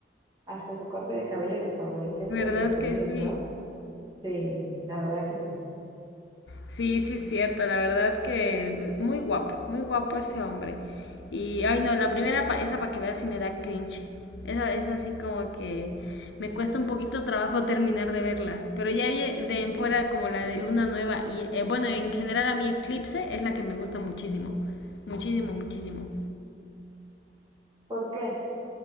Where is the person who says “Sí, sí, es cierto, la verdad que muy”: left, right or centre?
Left